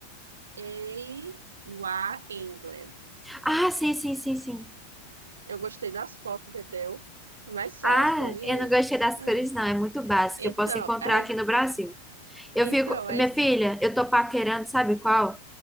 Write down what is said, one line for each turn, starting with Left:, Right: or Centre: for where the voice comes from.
Right: a U A England.
Centre: Ah, sim, sim, sim, sim.
Right: Eu gostei das fotos, entendeu? Mas só
Centre: Ah,
Right: as cores.
Centre: eu não gostei das
Right: É.
Centre: cores, não. É muito básica.
Right: Então,
Centre: Eu posso encontrar
Right: é,
Centre: aqui no Brasil. Eu
Right: então,
Centre: fico,
Right: é,
Centre: minha filha, eu tô paquerando, sabe qual?